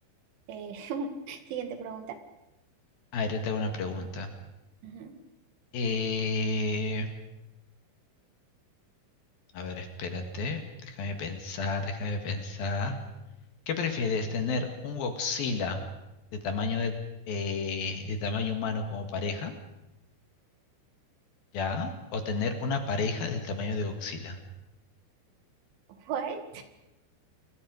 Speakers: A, on the right; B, on the left.
A: Eh, <laughs> siguiente pregunta.
B: A ver, yo te hago una pregunta.
A: Ujú.
B: Eh, a ver, espérate. Déjame pensar, déjame pensar. ¿Qué prefieres, tener un Godzilla de tamaño de, eh, de tamaño humano como pareja? ¿Ya? ¿O tener una pareja del tamaño de Godzilla?
A: What?